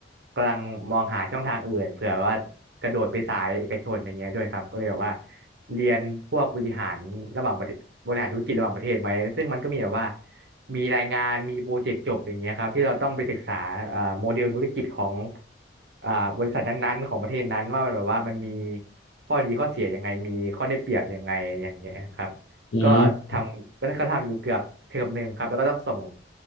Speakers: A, on the right; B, on the left.
A: กำลังมองหาช่องทางอื่นเผื่อว่ากระโดดไปสายเอกชนอะไรเงี้ยด้วยครับก็เลยแบบว่าเรียนพวกบริหารระหว่างประเทศบริหารธุรกิจระหว่างประเทศไว้ซึ่งมันก็มีแบบว่า มีรายงานมีโปรเจกต์จบอย่างเงี้ยครับที่เราต้องไปศึกษาเอ่อโมเดลธุรกิจของอ่าบริษัทนั้นๆของประเทศนั้นว่ามันแบบว่ามันมีข้อดีข้อเสียยังไงมีข้อได้เปรียบยังไงอย่างเงี้ยครับ
B: อืม
A: ก็ทำก็ก็ทำอยู่เกือบเทอมหนึ่งครับแล้วก็ต้องส่ง